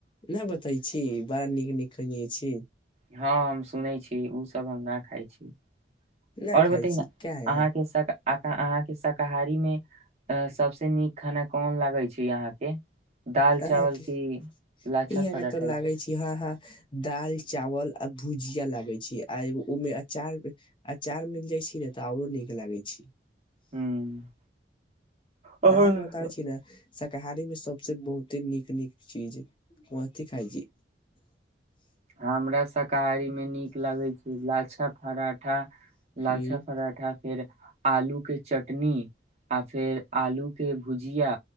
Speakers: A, on the left; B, on the right.
A: ना बतै छी बड़ा नीक नीक खैने छी।
B: हाँ, हम सुनै छी उस सब हम न खाइ छी।
A: ना
B: और बताइ
A: खाय
B: न
A: छी काहे
B: अहाँके सब अ अहाँ के शाकाहारी में उम्म सबस नीक खाना कोन लागै छै? अहाँके दाल
A: अहाँके
B: चावल
A: ई
B: की लाछा
A: अहाँके
B: पराठा
A: तऽ लागै छै, हँ हँ दाल-चावल, आ भुजिया लागै छिये आ एगो ओमे अचार अचार मिल जाइ छी ने तऽ आऔरो नीक लागै छी।
B: हूँ। आओर
A: अहां के बतावे छी न। शाकाहारी मे सबसे बहुते नीक नीक चीज कोथी खााय छी।
B: हमरा शाकाहारीमे नीक लगैत छै लाछा पराठा लाछा
A: उम्म
B: पराठा। फेर आलू के चटनी। आओ फेर आलूके भुजिया